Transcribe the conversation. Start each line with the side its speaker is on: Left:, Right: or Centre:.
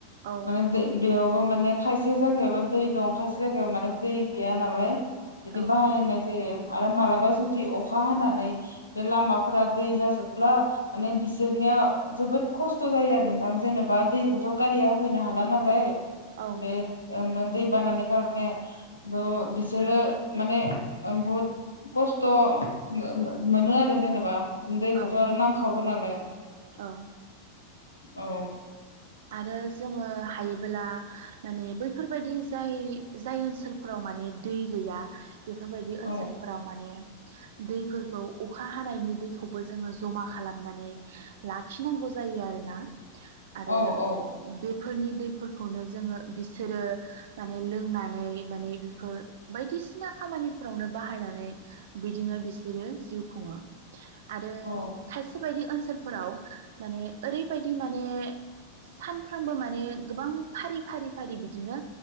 Right: औ
Left: माने बे-बेयावबो माने खायसे जायगायावल' दै दं खायसे जायगायाव माने दै गैया नालाय बिदि
Right: औ
Left: बानायनाय जायो आरो माला बा जुदि अखा हानानै बे लामाफोरा दै जाजोबब्ला माने बिसोरनिया जोबोद खस्थ' जायो आरो नोंथां जेनेबा दैखौथ' गारिया होफैनो हाला नालाय
Right: औ
Left: बे ओ मोन दै बानानि <unintelligible> ओ बिसोरो माने ओं बहुद खस्थ' ओ ओ मोनो आरो जेनेबा दैखौथ'
Right: औ
Left: आरो नांखागौ नालाय
Right: औ
Left: औ।
Right: आरो जोङो हायोबोला माने बैफोरबायदि जाय जाय ओनसोलफोराव माने दै गैया बेफोरबायदि
Left: औ
Right: ओनसोलफोराव माने दैफोरखौ अखा हानायनि दैखौबो जोङो जमा खालामनानै लाखिनांगौ जायो आरोना आरो
Left: औ औ
Right: बे फोरनि दैफोरखौनो जोङो बिसोरो माने लोंनानै माने बेफोर बायदिसिना खामानिफोरावनो बाहायनानै बिदिनो बिसोरो जिउ खुङो। आरो
Left: औ
Right: खायसे बायदि ओन सोलफोराव माने ओरैबायदि माने सानफ्रोमबो माने गोबां फारि फारि फारि बिदिनो